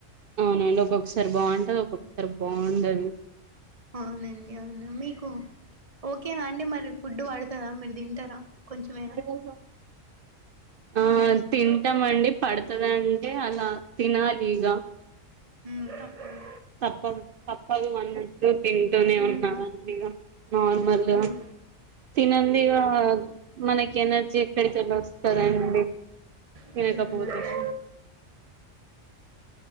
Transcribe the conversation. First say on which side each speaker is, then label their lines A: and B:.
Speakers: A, on the right; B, on the right.
A: అవునండి ఒక్కొక్కసారి బాగుంటది ఒక్కొక్కసారి బాగుండదు
B: అవునండి అవును మీకు ఓకేనా అండి మరి ఫుడ్ పడుతందా మీరు తింటారా కొంచెమేనా
A: మెడికల్ షాప్ ఆ తింటామండి పడుతాదంటే అలా తినాలి ఇగ
B: ఉమ్మ్ తప్పదు
A: తప్పదు తప్పదు అన్నట్టు తింటూనే ఉన్నామండి
B: మ్మ్
A: ఇగ నార్మల్‌గా
B: మ్మ్
A: తినందే ఇగ మనకి ఎనర్జీ ఎక్కడికేళ్ళి వ స్తాదండి
B: మ్మ్
A: తినకపోతే